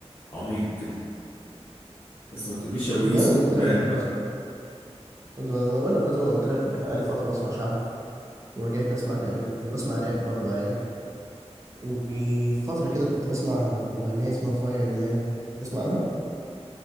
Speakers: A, on the left; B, on the right.
A: عميق كده بس ما تقوليش أبو
B: زي
A: يوسف
B: ما قلت
A: وراب
B: لك بحب
A: بقى
B: اسمع زي ما بقول لك زي ما قلت لك بقى لي فتره بسمع شعبي ورجعت اسمع كايروكي وبسمع راب برضه عادي وفترة كده كنت بسمع مغنية اسمها فايا يونان تسمع عنها؟